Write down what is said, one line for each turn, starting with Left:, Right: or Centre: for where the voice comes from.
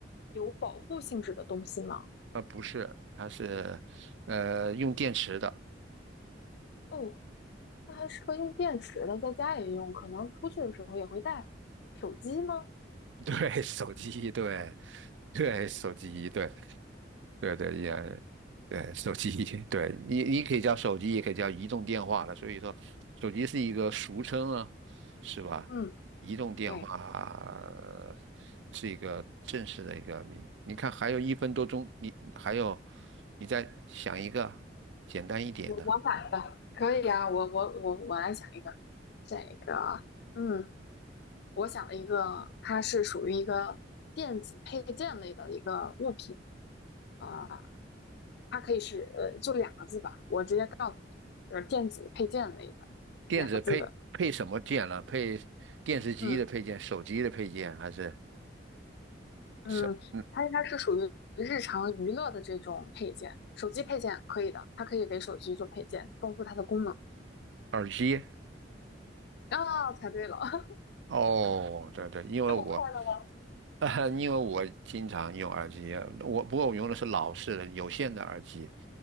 Left: 有保护性质的东西吗？
Right: 啊，不是，它是，呃，用电池的，
Left: 哦，它还适合用电池的，在家也用，可能出去的时候也会带。手机吗？
Right: <laughs> 对，手机，对，对，手机，对，对对也，对手机，<laughs> 对你你可以叫手机，也可以叫移动电话了。所以说，手机是一个俗称啊，是吧？
Left: 嗯，
Right: 移动电话呃
Left: 对，
Right: 是一个正式的一个名。你看，还有一分多钟，你还有，你再想一个简单一点的，
Left: 我我买的可以啊。我我我我来想一个，这个，嗯，我想了一个，它是属于一个电子配件类的一个物品啊、它可以是呃，就两个字吧，我直接告诉你，就是电子配件类的两个字的，
Right: 电子配配什么件了？配电视机的配件、
Left: 嗯。
Right: 手机的配件，还是
Left: 嗯，
Right: 什嗯
Left: 它应该是属于日常娱乐的这种配件，手机配件可以的，它可以给手机做配件，丰富它的功能。
Right: 耳机？
Left: 啊，猜对了，<laughs>
Right: 哦，对对，因为我
Left: 这么快的吗？
Right: <laughs> 哈，因为我经常用耳机，我不过我用的是老式的有线的耳机，